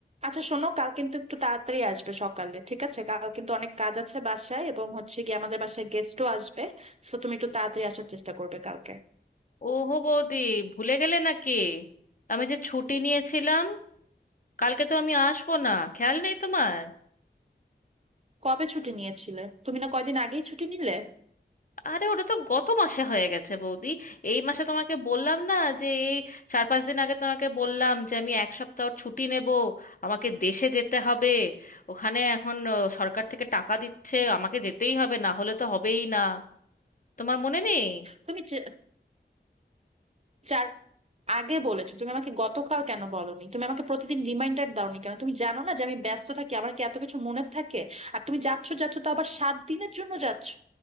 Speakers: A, on the right; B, on the left.
A: আচ্ছা শোনো কাল কিন্তু একটু তাড়াতাড়ি আসবে সকালে ঠিক আছে কাল কিন্তু অনেক কাজ আছে বাসায় এবং হচ্ছে গিয়ে আমাদের বাসায় গেস্টও আসবে তো তুমি একটু তাড়াতাড়ি আসার চেষ্টা করবে কালকে
B: ওহো বৌদি ভুলে গেলে নাকি আমি যে ছুটি নিয়েছিলাম কালকে তো আমি আসবো না খেয়াল নেই তোমার
A: কবে ছুটি নিয়েছিলে তুমি না কয়দিন আগেই ছুটি নিলে
B: আরে ওটা তো গত মাসে হয়ে গেছে বৌদি এই মাসে তোমাকে বললাম না যে এই চার পাঁচ দিন আগে তোমাকে বললাম যে আমি এক সপ্তাহ ছুটি নেব আমাকে দেশে যেতে হবে ওখানে এখন আহ, সরকার থেকে টাকা দিচ্ছে আমাকে যেতেই হবে না হলে তো হবেই না তোমার মনে নেই
A: তুমি চে- চার আগে বলেছো তুমি আমাকে গতকাল কেন বলোনি তুমি আমাকে প্রতিদিন রিমাইন্ডার দাওনি কেন তুমি জানো না যে আমি ব্যস্ত থাকি আমার কি এত কিছু মনে থাকে আর তুমি যাচ্ছ যাচ্ছ তো আবার সাত দিনের জন্য যাচ্ছ